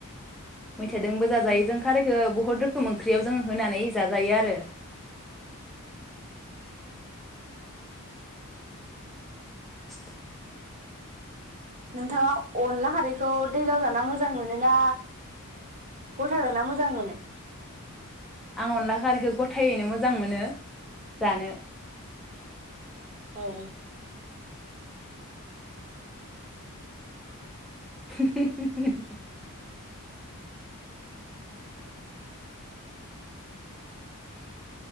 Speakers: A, in the centre; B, on the right.
A: मैथाजोंबो जाजायो
B: उम
A: जों खारैखो बहुद रो खोम ओंख्रियाव जों होनानै जाजायो आरो <inaudible>
B: नोंथाङा अनला खारैखौ दैलाव जाना मोजां मोनो ना गथा जाना मोजां मोनो
A: आं अनला खारैखो गथायैनो मोजां मोनो जानो
B: औ
A: <unintelligible>